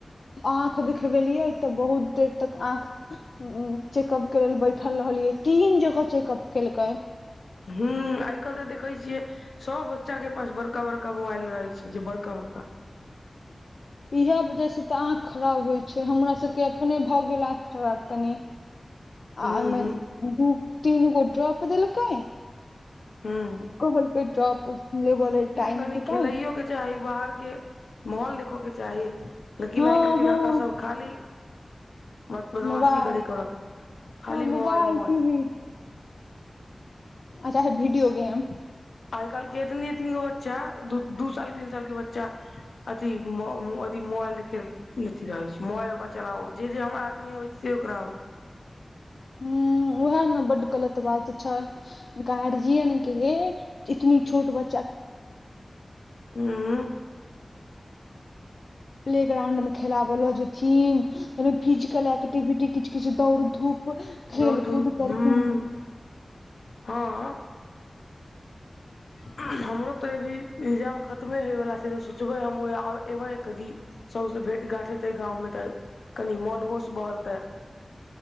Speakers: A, on the left (about 65°); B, on the left (about 85°).
A: आँख देखबेलियै तऽ बहुत देर तक आँख उ चेकअप कर लेल बैठल रहलियै तीन जगह चेकअप केलकै
B: हू आय काल्हि तऽ देखै छियै सब बच्चा के पास बड़का बड़का मोबाइल रहे छै जे बड़का बड़का
A: इएह वजहसँ तऽ आँखि खराब होय छै हमरा सभके अपने भऽ गेल आँखि खराब कनि
B: हूँ
A: आमे दू तीन को ड्रप देलकैय
B: हू
A: कहलके ड्रप लेबलेल टाइम
B: कनि
A: पर
B: खेलैयो के बाहर के माहौल देखऽ के चाही लेकिन
A: हँ
B: आइ काल्हि के लड़का
A: हँ
B: सब खाली बदमाशी
A: मोबाइल
B: खरी करब खाली
A: हँ
B: मोबइल मोबाइल
A: टी वी आ चाहे वीडियो गेम
B: आय काल्हि के इतनी इतनी हो बच्चा दू साल तीन साल के बच्चा अथी अथी मोबइल देखे अथी रह होइ छै मोबइल ओकरा चला जे हमरा आर के नहि होइ छै से ओकरा होइ छै
A: हु उएह ने बड गलत बात छै गार्जियन के लेल इतनी छोट बच्चा
B: हू
A: प्लेग्राउंड में खेलाब ल जेथिन फिजिकल एक्टिविटी किछु किछु दौड़ धूप खेल
B: दौड़ धूप
A: कूद करथिन
B: हूँ हँ हमरो तऽ अभी एग्जाम खतमे होइवला छै तऽ सोचबै हम एबै कथी सभसँ भेँट घाँट हेतै गाँवमे तऽ कनि मोन होश बहलतै